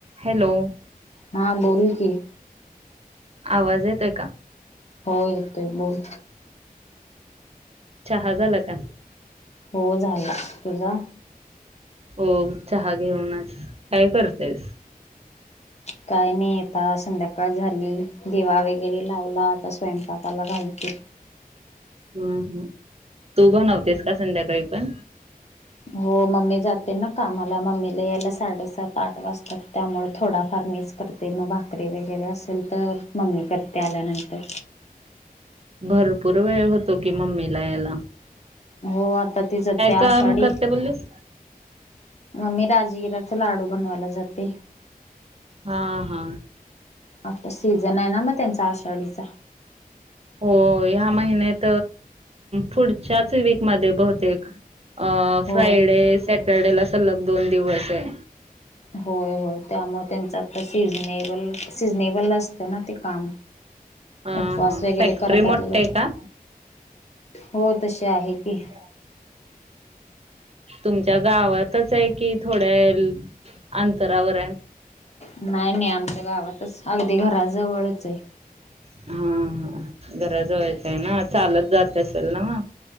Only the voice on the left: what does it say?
हा बोल की.
हो येतोय बोल.
हो झाला. तुझा
काय नाही येता संध्याकाळ झाली दिवा वगैरे लावला आता स्वयंपाकाला घालते.
हो मम्मी जाते ना कामाला मम्मीला यायला साडेसात आठ वाजतात त्यामुळे थोडाफार मिच. करते मग भाकरी वगैरे असेल तर मम्मी करते आल्यानंतर.
हो आता तिचं त्या
शाडी.
मग मी राजगिराचे लाडू बनवायला जाते.
आता सीझन आहे ना मग त्यांचा आषाढीचा.
होय
होय होय त्यामुळे त्यांचं आता सीझनेबल सिझनेबल असतं ना ते काम.
उपवास
वगैरे
करतात
लोक
हो तसे आहे की.
नाही नाही आमच्या गावातच अगदी घराजवळच आहे